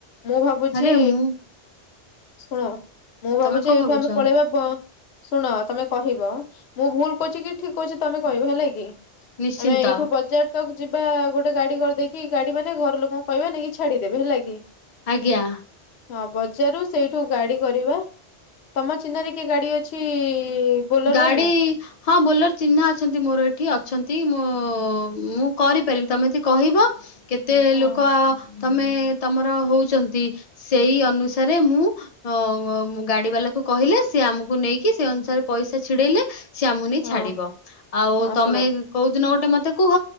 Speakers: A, on the left (about 70°); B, on the left (about 50°).
A: ମୁଁ ଭାବୁଛି
B: ଆରେ ମୁଁ
A: ଶୁଣ ମୁଁ ଭାବୁଛି
B: ତମେ କଣ
A: ଏଇଠୁ
B: ଭାବୁଛ
A: ଆମେ ପଳେଇବା ବ ଶୁଣ ତମେ କହିବ ମୁଁ ଭୁଲ କହୁଛି କି ଠିକ୍ କହୁଚି ତମେ କହିବ ହେଲା କି।
B: ନିଶ୍ଚିନ୍ତ
A: ଆମେ ଏଇଠୁ ବଜାର ତକ ଯିବା ଗୋଟେ ଗାଡି କରିଦେଇକି ଗାଡି ମାନେ ଘର ଲୋକଙ୍କୁ କହିବା ନେଇକି ଛାଡିଦେବେ ହେଲା କି।
B: ଆଜ୍ଞା।
A: ହଁ ବଜାରରୁ ସେଇଠୁ ଗାଡି କରିବା। ତମ ଚିହ୍ନାରେ କିଏ ଗାଡି ଅଛି? ବୋଲର
B: ଗାଡି
A: ବାଲା?
B: ହଁ ବୋଲେର ଚିହ୍ନା ଅଛନ୍ତି ମୋର ଏଠି ଅଛନ୍ତି ମେ ମୁଁ କରିପାରିବି ତମେ ଯଦି କହିବ। କେତେ
A: ହଁ
B: ଲୋକ ତମେ ତମର ହଉଚନ୍ତି? ସେଇ ଅନୁସାରେ ମୁଁ ଅ ଗାଡି ବାଲାକୁ କହିଲେ ସେ ଆମକୁ ନେଇକି ସେଇ ଅନୁସାରେ ପଇସା ଛିଡେଇଲେ ସିଏ ଆମକୁ ନେଇ
A: ହଁ
B: ଛାଡିବ ଆଉ
A: ହଁ
B: ତମେ
A: ଶୁଣ
B: କୋଉ ଦିନ ଗୋଟେ ମତେ କୁହ